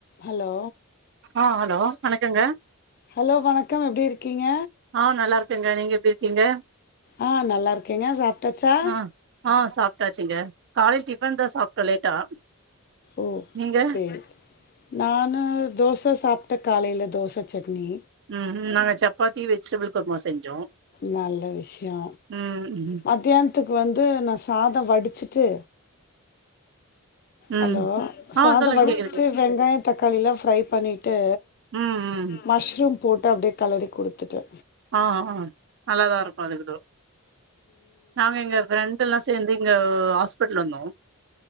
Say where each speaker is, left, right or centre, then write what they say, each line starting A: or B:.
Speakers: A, on the left (about 45°); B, on the right (about 55°).
A: Hello
B: ஆ hello வணக்கங்க
A: hello வணக்கம் எப்டி இருக்கீங்க
B: ஆ நல்லா இருக்கங்க நீங்க எப்டி இருக்கீங்க
A: ஆ நல்லா இருக்கேங்க சாப்ட்டாச்சா
B: ஆ ஆ சாப்பிட்டாச்சுங்க காலை டிஃபன்தா சாப்ட் அப்ப லேட்டா
A: ஓ
B: நீங்க
A: சேரி நானு தோச சாப்ட காலையில தோச சட்னி
B: ம் நாங்க சப்பாத்தி வெஜிடபிள் குர்மா செஞ்சோ
A: நல்ல விஷ்யொ
B: ம் ம்
A: மதியானத்துக்கு வந்து நா சாதொ வடிச்சுட்டு
B: ம்
A: ஹலோ
B: ஆ
A: சாதொ
B: சொல்லுங்க
A: வடிச்சிட்டு
B: கேக்குது
A: வெங்காயொ தக்காளிலா ஃப்ரை பண்ணிட்டு
B: ம் ம்
A: மஷ்ரூம் போட்டு அப்டியே கெலரி குடுத்துட்டே
B: ஆ ஆ நல்லாதா இருக்கு அதுக்குட நாங்க எங்க ஃப்ரெண்டெல்லா சேந்து இங்க ஹாஸ்பிட்டல் வந்தோ